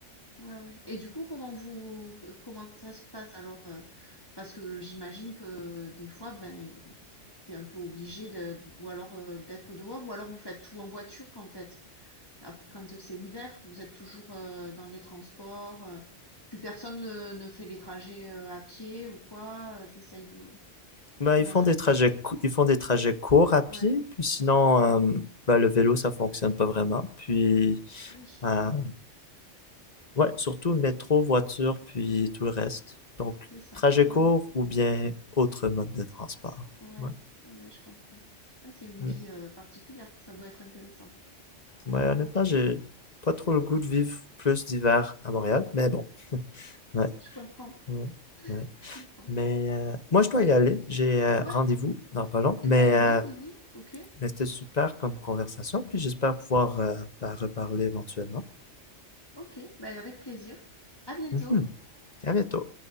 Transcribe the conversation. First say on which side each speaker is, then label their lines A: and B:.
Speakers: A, on the left; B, on the left.
A: Ouais, ouais. Et du coup, comment vous euh, comment ça se passe alors? euh, parce que j'imagine que des fois, ben, t'es un peu obligé de ou alors euh, d'être dehors, ou alors vous faites tout en voiture, en fait. Quand c'est l'hiver, vous êtes toujours euh, dans les transports. euh, plus personne ne, ne fait les trajets euh, à pied ou quoi. euh, T'essayes de...
B: Ben,
A: Comment
B: ils font
A: ça
B: des
A: se
B: trajets,
A: passe?
B: cou- ils font des trajets courts à pied,
A: Ouais,
B: puis sinon, euh, ben, le vélo, ça fonctionne pas vraiment. Puis,
A: oui,
B: euh, ouais, surtout métro, voiture, puis tout le reste. Donc,
A: c'est ça.
B: trajet
A: Ouais,
B: court
A: ouais,
B: ou bien autre mode de transport.
A: ouais,
B: Ouais,
A: ouais, ouais, je comprends. Ouais, c'est une
B: Mm.
A: vie euh, particulière. Ça doit être intéressant.
B: Ouais,
A: Mm,
B: honnêtement, j'ai pas trop le goût de vivre plus d'hiver à Montréal, mais bon. <laughs> Ouais,
A: Je comprends,
B: ouais, ouais.
A: je comprends.
B: Mais euh, moi, je dois y aller. J'ai euh,
A: Ouais,
B: rendez-vous dans pas long.
A: eh
B: Mais
A: ben
B: euh,
A: oui, oui, oui. Ok,
B: Mais c'était super comme conversation, puis j'espère pouvoir euh, ben, reparler éventuellement.
A: ok. Ben avec plaisir. À bientôt.
B: Mhm. À bientôt.